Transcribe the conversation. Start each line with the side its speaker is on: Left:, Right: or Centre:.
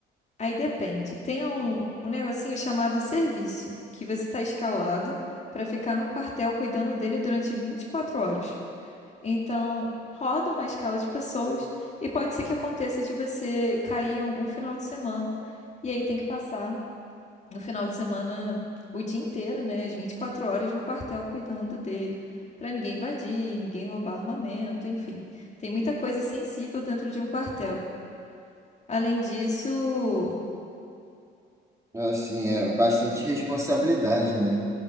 Left: aí depende. Tem um, um negocinho chamado serviço, que você está escalado para ficar no quartel cuidando dele durante 24 horas. Então, roda uma escala de pessoas e pode ser que aconteça de você cair em algum final de semana. E aí tem que passar no final de semana o dia inteiro, né? As 24 horas no quartel cuidando dele. Pra ninguém invadir, ninguém roubar armamento, enfim. Tem muita coisa sensível dentro de um quartel. Além disso.
Right: Assim, é bastante responsabilidade, né?